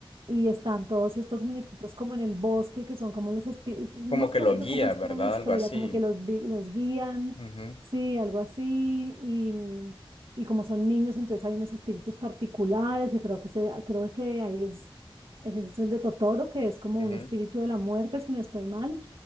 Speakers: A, on the right; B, on the left.
A: y están todos estos muñequitos como en el bosque que son como los espíritus, no
B: Como
A: me acuerdo
B: que lo guía,
A: cómo es
B: ¿verdad?
A: que era la historia,
B: Algo así.
A: como que los, vi- los guían,
B: Ujú,
A: sí, algo así, y, mm, y como son niños, entonces hay unos espíritus particulares, y creo que, se, creo que ahí es, ese es el de Totoro, que es como
B: ujú.
A: un espíritu de la muerte, si no estoy mal